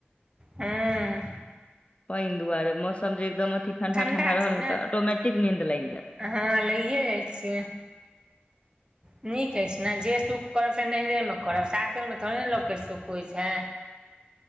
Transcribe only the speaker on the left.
पानि दुआरे मौसम जे एकदम अथि ठंडा
ठंडा रहल
ने तऽ ऑटोमटिक नीन्द लागि जायत